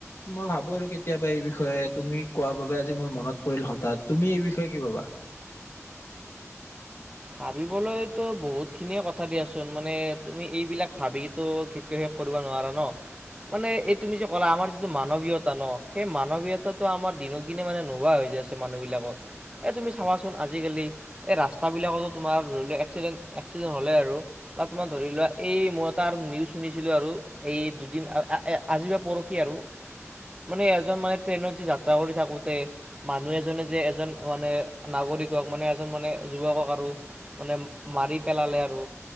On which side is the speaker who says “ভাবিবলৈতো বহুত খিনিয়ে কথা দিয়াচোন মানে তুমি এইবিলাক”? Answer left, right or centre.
Right